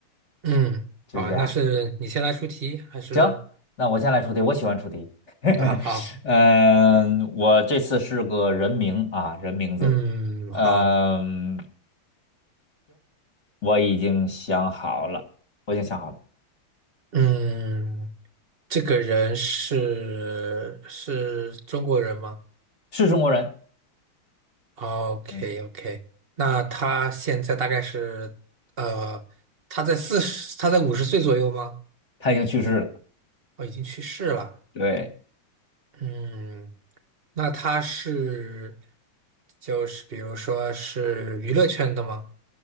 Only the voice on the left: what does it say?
就是这样。
行，那我先来出题，我喜欢出题。<laughs>
嗯，我这次是个人名啊，人名字。
嗯，
我已经想好了，我已经想好了，
是中国人。
嗯。
他已经去世了。
对，